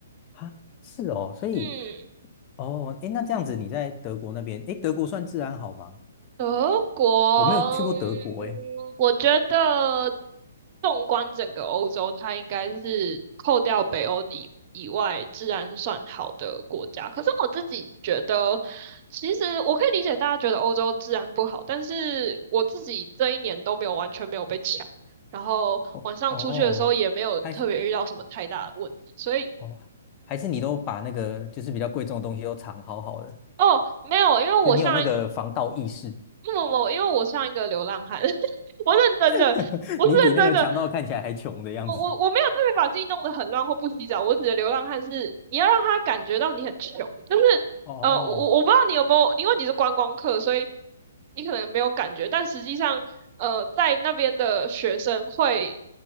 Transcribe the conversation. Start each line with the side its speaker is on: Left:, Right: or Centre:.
Left: 啊，是哦，所以
Right: 嗯。
Left: 哦，诶，那这样子你在德国那边，诶，德国算治安好吗？
Right: 德国，
Left: 我没有去过德国，
Right: 嗯我觉得
Left: 诶。
Right: 纵观整个欧洲，它应该是扣掉北欧以以外治安算好的国家。可是我自己觉得，其实我可以理解大家觉得欧洲治安不好，但是我自己这一年都没有完全没有被抢，然后晚上出去的时候也没有特别遇到什么太大的问题，
Left: 哦哦，还
Right: 所以。
Left: 哦，还是你都把那个就是比较贵重的东西都藏好好的，
Right: 哦，没有，因为我上
Left: 就你有那个防盗意识，
Right: 不不不，因为我像一个流浪汉，<laughs> 我认真的，
Left: <laughs>
Right: 我是认真的，
Left: 你比那个强盗看起来还穷的样子。
Right: 我我我没有特别把自己弄得很乱或不洗澡，我指的流浪汉是你要让他感觉到你很穷，就是
Left: 哦
Right: 呃，我我我不知道你有没有，因为你是观光客，所以你可能没有感觉，但实际上呃，在那边的学生会